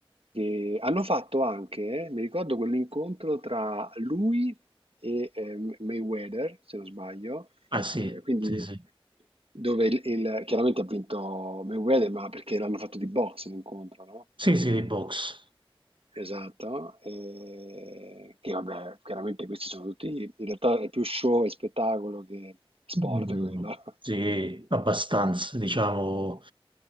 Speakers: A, on the right; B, on the right.
A: che hanno fatto anche, eh, mi ricordo quell'incontro tra lui e eh, Mayweather, se non sbaglio,
B: Ah sì,
A: eh, quindi
B: sì, sì.
A: dove il- il- chiaramente ha vinto Mayweather, ma perché l'hanno fatto di boxe l'incontro, no?
B: Sì, sì, di box.
A: Esatto, e che vabbè, chiaramente questi sono tutti, in realtà è più show e spettacolo che sport
B: Mm,
A: quello. <laughs>
B: sì, abbastanza, diciamo.